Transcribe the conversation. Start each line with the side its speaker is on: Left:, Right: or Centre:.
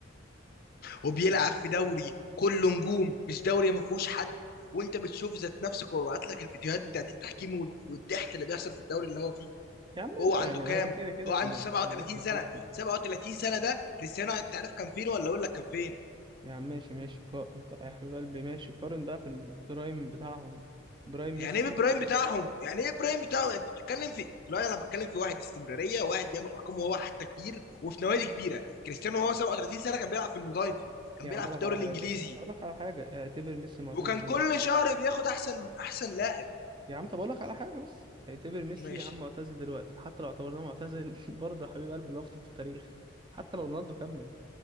Left: وبيلعب
Right: برضه.
Left: في دوري كله نجوم مش دوري ما فيهوش حد وانت بتشوف ذات نفسك وببعت لك الفيديوهات بتاعت التحكيم وال- والضحك اللي بيحصل في الدوري اللي هو فيه
Right: يا عم
Left: وهو
Right: ماشي
Left: عنده
Right: يعني
Left: كام
Right: هو كده كده
Left: هو
Right: في
Left: عنده
Right: النا-
Left: 37
Right: في نهاية مسيرته
Left: سنه 37 سنه ده كريستيانو انت عارف كان فين ولا اقول لك كان فين
Right: يا عم ماشي ماشي قا... انت يا حبيب قلبي ماشي قارن بقى في البرايم بتاعهم برايم
Left: يعني
Right: ميسي
Left: ايه برايم بتاعهم يعني ايه برايم بتاعهم انت بتتكلم في لا انا بتكلم في واحد استمراريه واحد بيعمل ارقام وهو حتى كبير وفي نوادي كبيره كريستيانو وهو 37 سنه كان بيلعب في اليونايتد كان
Right: يا
Left: بيلعب
Right: عم اقول
Left: في الدوري
Right: لك على
Left: الانجليزي
Right: حاجة اقول لك على حاجة اعتبر ميسي معتزل
Left: وكان
Right: دلوقتي
Left: كل شهر بياخد احسن احسن لاعب
Right: يا عم طب اقول لك على حاجة بس اعتبر ميسي
Left: ماشي
Right: يا عم معتزل دلوقتي حتى لو اعتبرناه معتزل <laughs> برضه يا حبيب قلبي لفظ في التاريخ حتى لو رونالدو كمل